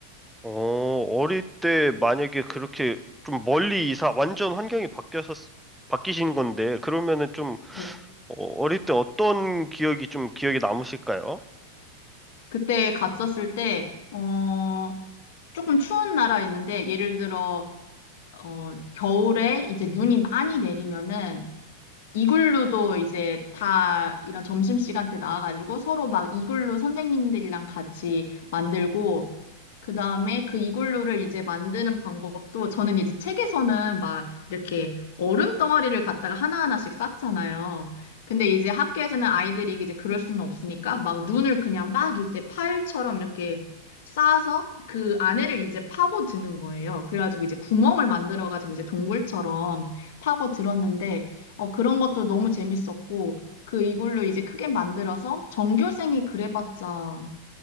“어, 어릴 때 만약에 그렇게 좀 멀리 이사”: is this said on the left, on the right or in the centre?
Centre